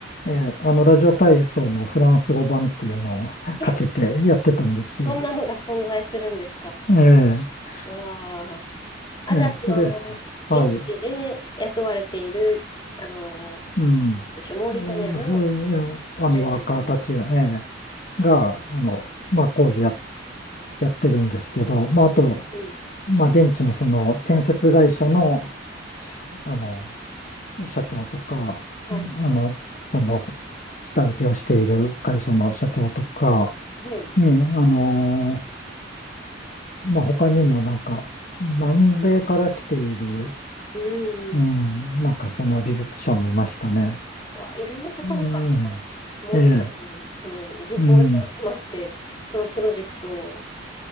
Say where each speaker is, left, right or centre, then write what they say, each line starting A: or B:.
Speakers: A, on the left; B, on the left.
A: ええあの、ラジオ体操のフランス語版っていうのを <laughs>
B: え、
A: かけてやってたんですよ。
B: そんなのが存在するんですか。
A: ええ
B: わあ。あ、
A: ええそれ、
B: じゃあ、その、
A: はい、
B: 現地で雇われている、あの、
A: うん。
B: でしょ、モーリタニアの
A: うーええあの、
B: 従業員の。
A: ワーカーたちが、ええが、あの、まあ、工事や、やってるんですけど、まあ、あと、
B: うんうん
A: まあ、現地のその建設会社の、あの、社長とか、
B: はい。
A: あの、その、下請けをしている会社の社長とか、
B: はい。
A: ね、あの、まあ、他にもなんか、南米から来ている、
B: うん。
A: うん、
B: う
A: なんかその技術者もいましたね。
B: わ、いろんなところから、
A: うん、
B: モーリタニアのその漁港に集まって、
A: ええ、うん、
B: そのプロジェクトを